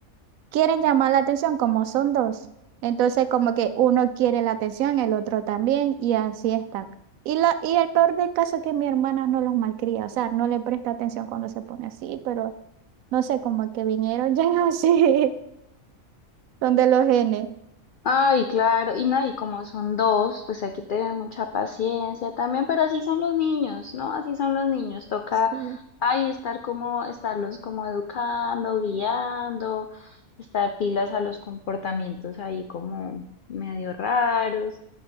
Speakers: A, on the right (about 80°); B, on the left (about 75°).
A: quieren llamar la atención como son dos. Entonces, como que uno quiere la atención, el otro también, y así están. Y, la- y el peor del caso es que mi hermana no los malcría, o sea, no le presta atención cuando se pone así, pero no sé, como que vinieron ya <laughs> así, donde los genes.
B: Ay, claro, y no, y como son dos, pues hay que tener mucha paciencia también, pero así son los niños, ¿no? Así son los niños, toca
A: Sí,
B: ahí estar como, estarlos como educando, guiando, estar pilas a los comportamientos ahí como medio raros.